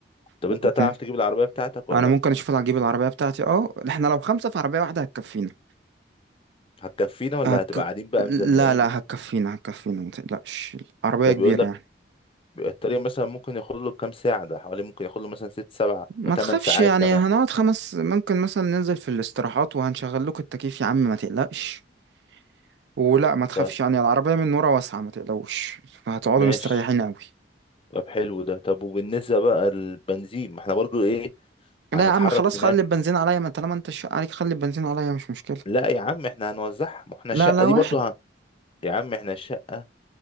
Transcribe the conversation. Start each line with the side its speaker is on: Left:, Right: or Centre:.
Left: طب
Right: وكب...
Left: انت هتعرف تجيب العربية بتاعتك ولا
Right: انا
Left: لأ؟
Right: ممكن اشوف اجيب العربية بتاعتي اه احنا لو خمسة في عربية واحدة هتكفينا
Left: هتكفينا ولا
Right: هك...
Left: هتبقى قاعدين بقى مزنقين
Right: لا لا هتكفينا هتكفينا ما تقلقش عربية
Left: ده
Right: كبيرة
Left: بيقول لك
Right: يعني
Left: الطريق مثلا ممكن ياخد له كام ساعة ده حوالي ممكن ياخد له مثلا ست سبعة
Right: ما
Left: تمن
Right: تخافش
Left: ساعات
Right: يعني
Left: كمان
Right: هنقعد خمس ممكن مثلا ننزل في الاستراحات وهنشغل لكم التكييف يا عم ما تقلقش ولا ما تخافش
Left: طيب
Right: يعني العربية من ورا واسعة ما تقلقوش هتقعدوا
Left: ماشي
Right: مستريحين قوي
Left: طب حلو ده طب وبالنسبة بقى للبنزين ما احنا برضو ايه
Right: لا
Left: هنتحرك
Right: يا عم خلاص
Left: هناك
Right: خلي البنزين عليا ما طالما انت الشق عليك خلي البنزين عليا مش مشكلة
Left: لا يا عم احنا هنوزعها ما احنا
Right: لا
Left: الشقة
Right: لا
Left: دي
Right: واحد
Left: برضو هن... يا عم احنا الشقة